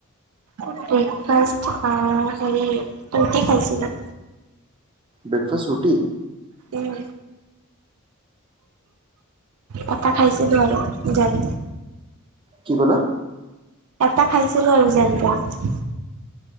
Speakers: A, on the right; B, on the right.
A: ব্ৰেকফাষ্ট অ হেৰি ৰুটি খাইছিলো।
B: ব্ৰেকফাষ্ট ৰুটি?
A: উম কটা খাইছিলো আৰু যাম যে।
B: কি ক'লা?
A: এটা খাইছিলো আৰু যেনতেন।